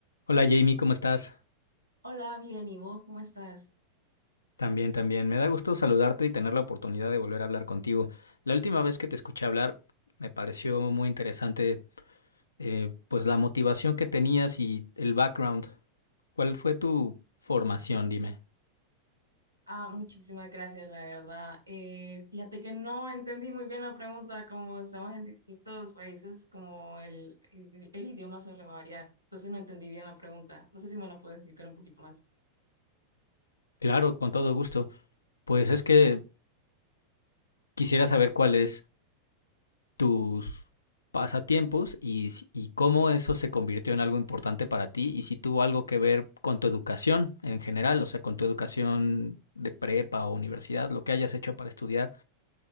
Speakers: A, on the left; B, on the right.
A: Hola Jamie, ¿cómo estás?
B: Hola, bien, ¿y vos cómo estás?
A: También, también. Me da gusto saludarte y tener la oportunidad de volver a hablar contigo. La última vez que te escuché hablar me pareció muy interesante, eh, pues la motivación que tenías y el background. ¿Cuál fue tu formación? Dime.
B: Ah, muchísimas gracias, la verdad. Eh, fíjate que no entendí muy bien la pregunta, como estamos en distintos países, como el, el, el idioma suele variar. Entonces no entendí bien la pregunta. No sé si me la puedes explicar un poquito más.
A: Claro, con todo gusto. Pues es que quisiera saber cuál es. tus pasatiempos y, s- y cómo eso se convirtió en algo importante para ti y si tuvo algo que ver con tu educación en general, o sea, con tu educación de prepa o universidad, lo que hayas hecho para estudiar,